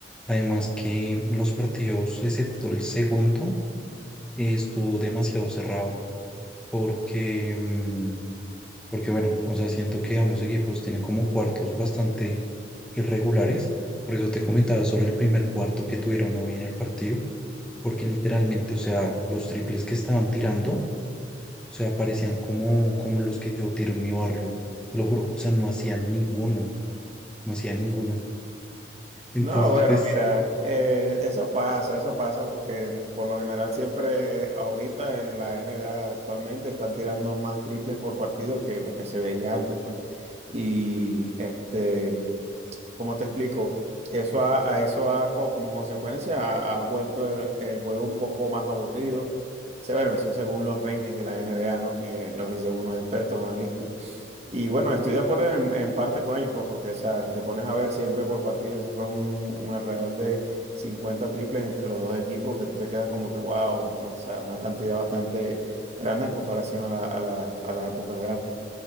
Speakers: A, in the centre; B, on the right.
A: Además que los partidos, excepto el segundo, eh, estuvo demasiado cerrado, porque, mm, Porque bueno, o sea, siento que ambos equipos tienen como cuartos bastante irregulares. Por eso te comentaba sobre el primer cuarto que tuvieron hoy en el partido. Porque literalmente, o sea, los triples que estaban tirando, o sea, parecían como, como los que yo tiro en mi barrio. Te lo juro, o sea, no hacían ninguno. No hacían ninguno. Entonces,
B: No, bueno,
A: pues,
B: mira, eh, eso pasa, eso pasa porque por lo general siempre ahorita en la NBA actualmente están tirando más triples por partido que lo que se veía antes, pues. Y este, ¿cómo te explico? Eso ha- a, eso ha, co- como consecuencia ha, ha vuelto el, el juego un poco más aburrido. O sea, bueno, eso según los ratings de la NBA, ¿no? Que los dice unos expertos analistas. Y bueno, estoy de acuerdo en, en parte con ellos, pues, porque o sea, si te pones a ver siempre por partido, esos son un alrededor de 50 triples entre los dos equipos, que tú te quedas como que, wow, o sea, una cantidad bastante grande en comparación a, la- a la- a las épocas de antes.